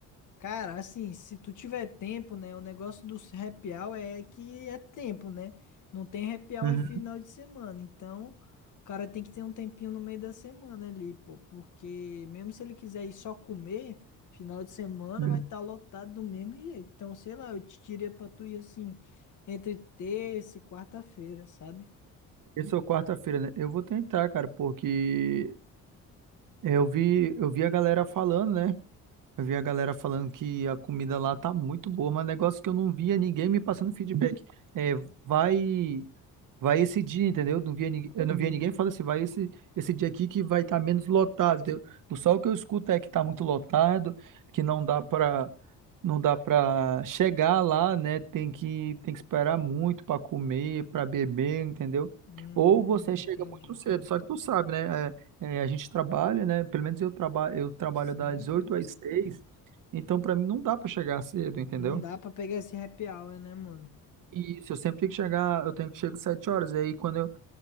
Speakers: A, on the left; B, on the right.
A: Cara, assim, se tu tiver tempo, né? O negócio do happy hour é que é tempo, né? Não tem happy hour
B: Uhum.
A: é final de semana. Então, o cara tem que ter um tempinho no meio da semana ali, pô. Porque mesmo se ele quiser ir só comer, final de semana
B: uhum.
A: vai estar lotado do mesmo jeito. Então, sei lá, eu te diria pra tu ir assim, entre terça e quarta-feira, sabe?
B: Esse é o quarta-feira, né? Eu vou tentar, cara, porque eu vi, eu vi a galera falando, né? Eu vi a galera falando que a comida lá tá muito boa, mas negócio que eu não via ninguém me passando feedback. É, vai. Vai esse dia, entendeu? Não via ninguém, eu não via Uhum. ninguém falando assim, vai esse, esse dia aqui que vai estar menos lotado. entendeu? O só o que eu escuto é que está muito lotado, que não dá para não dá para chegar lá, né? Tem que tem que esperar muito para comer, para beber, entendeu?
A: Hum,
B: Ou você chega
A: entendi.
B: muito cedo, só que tu sabe, né? é, é, a gente trabalha, né? Pelo menos eu trabalho, eu trabalho
A: Sim,
B: das
A: sim.
B: 8 às seis então para mim não dá para chegar cedo, entendeu?
A: Não dá pra pegar esse happy hour, né, mano?
B: Isso, eu sempre tenho que chegar, eu tenho que chegar às 7 horas, e aí quando eu